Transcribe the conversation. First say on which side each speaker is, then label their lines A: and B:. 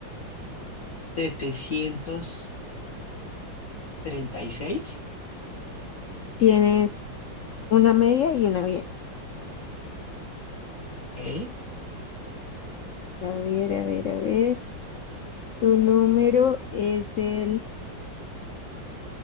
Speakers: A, on the left; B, on the left.
A: setecientos treinta y seis,
B: Tienes una media y una bien.
A: Ok.
B: A ver, a ver, a ver. Tu número es el...